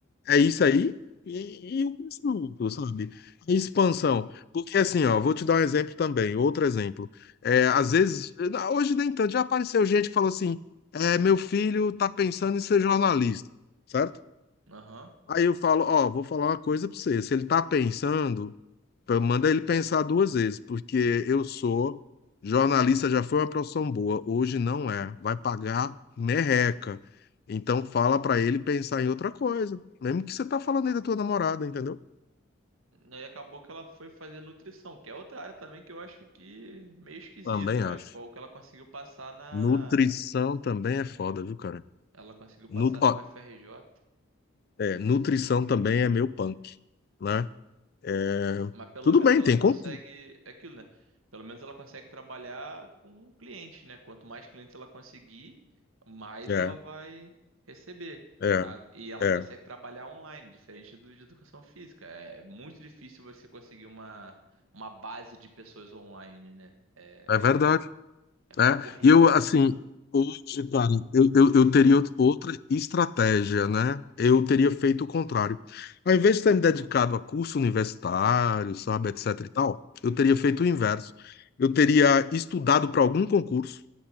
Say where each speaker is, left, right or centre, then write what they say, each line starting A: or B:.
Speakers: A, on the left; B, on the right.
A: É isso aí e, e o conjunto, sabe? A expansão. Porque assim, ó, vou te dar um exemplo também, outro exemplo. É, às vezes, na- hoje nem tanto, já apareceu gente que falou assim, é, meu filho tá pensando em ser jornalista, certo?
B: Aham.
A: Aí eu falo, ó, vou falar uma coisa pra você, se ele tá pensando então, Manda ele pensar duas vezes, porque eu sou jornalista, já foi uma profissão boa, hoje não é, vai pagar merreca. Então fala para ele pensar em outra coisa, mesmo que você tá falando aí da tua namorada, entendeu?
B: Aí acabou que ela foi fazer nutrição, que é outra área também que eu acho que meio esquisita,
A: Também
B: mas
A: acho.
B: foi o que ela conseguiu passar na
A: Nutrição também é foda, viu, cara?
B: ela conseguiu passar
A: Nu-
B: na
A: ó,
B: UFRJ.
A: é, nutrição também é meu punk, né? É,
B: Mas pelo
A: tudo
B: menos
A: bem,
B: ela
A: tem
B: consegue.
A: concurso.
B: É aquilo, né? Pelo menos ela consegue trabalhar com o cliente, né? Quanto mais clientes ela conseguir, mais
A: É,
B: ela vai receber.
A: é,
B: A- E ela
A: é.
B: consegue trabalhar online, diferente do de educação física. É muito difícil você conseguir uma, uma base de pessoas online, né? É,
A: É verdade.
B: é, é concorrido.
A: né? E eu, assim, hoje, cara, eu, eu, eu teria out- outra estratégia, né? Eu teria feito o contrário. Ao invés de ter me dedicado a curso universitário, sabe, etc e tal, eu teria feito o inverso. Eu teria estudado para algum concurso,